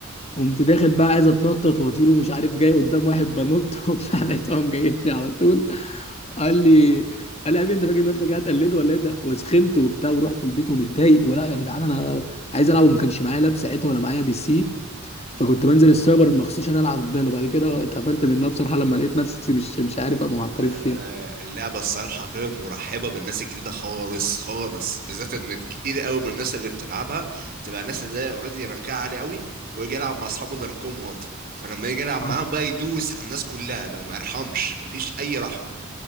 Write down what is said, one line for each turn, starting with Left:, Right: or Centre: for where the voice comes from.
Left: قمت داخل بقى عايز اتنطط واطير ومش عارف جاي قدام واحد بنط <laughs> وبتاع لقيته قام جايبني على طول قال لي قال لي يا حبيبي انت فاكر نفسك قاعد تقلد ولا ايه ده وسخنت وبتاع ورحت البيت ومتضايق ولا يا جدعان انا عايز العب وما كانش معايا لاب ساعتها ولا معايا بي سي فكنت بنزل السايبر مخصوص عشان العب فالو وبعد كده اتقفلت منها بصراحه لما لقيت نفسي مش مش عارف ابقى محترف
Right: آه لا
Left: فيها
Right: لا اللعبة الصراحة غير مرحبة بالناس الجديدة خالص خالص بالذات ان كتير قوي من الناس اللي بتلعبها تبقى الناس اللي اوريدي رانكها عالي قوي ويجي يلعب مع اصحابه اللي رانكهم واطي فلما يجي يلعب
Left: حصل
Right: معاهم بقى يدوس على الناس كلها بقى ما يرحمش مفيش اي رحمة